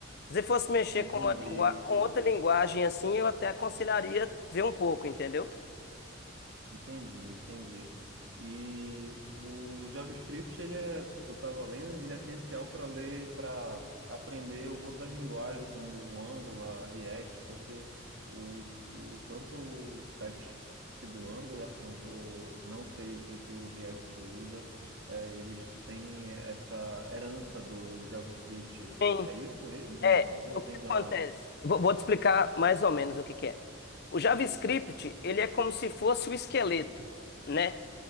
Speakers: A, on the left (about 55°); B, on the right (about 75°).
A: Se você fosse mexer
B: Entendi.
A: com uma lingua- com outra linguagem assim, eu até aconselharia ver um pouco, entendeu?
B: Entendi, entendi. E o JavaScript, ele é, eu estava lendo, ele é essencial para ler, para aprender outras linguagens como o Angular, React, porque o, o tanto o TypeScript do Angular quanto não sei o que que o React usa, é, eles têm essa herança do JavaScript.
A: Sim.
B: É isso mesmo?
A: É,
B: Ou
A: o
B: eu estou
A: que
B: enganado?
A: acontece? Vou, vou te explicar mais ou menos o que que é. O JavaScript, ele é como se fosse o esqueleto, né?